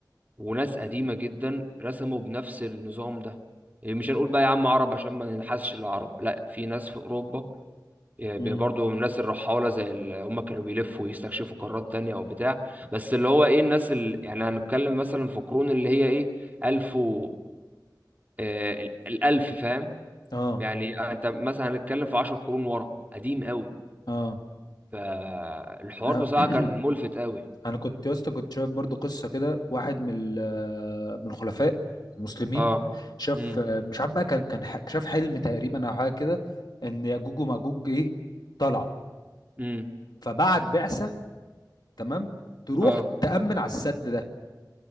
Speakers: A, on the right (about 25°); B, on the left (about 65°).
A: وناس قديمه جدا رسموا بنفس النظام ده إيه، مش هنقول بقى يا عم عرب عشان ما ننحسش العرب لا في ناس في اوروبا يبقى
B: امم
A: برضو من الناس الرحالة زي اللي هم كانوا بيلفوا ويستكشفوا قارات تانية أو بتاع بس اللي هو إيه الناس اللي يعني هنتكلم مثلا في قرون اللي هي إيه ألف و آه ال- الألف فاهم
B: اه
A: يعني أنت مثلا هنتكلم في عشر قرون ورا قديم قوي
B: اه
A: فالحوار
B: آه.
A: بصراحة
B: <clears throat>
A: كان ملفت قوي
B: انا كنت يا اسطى كنت شايف برضو قصه كده واحد من ال- من الخلفاء المسلمين
A: اه
B: شاف
A: امم
B: مش عارف بقى كان كان ح- شاف حلم تقريبا او حاجه كده ان ياجوج وماجوج ايه طلعوا
A: امم
B: فبعت بعثه تمام تروح
A: اه
B: تامن على السد ده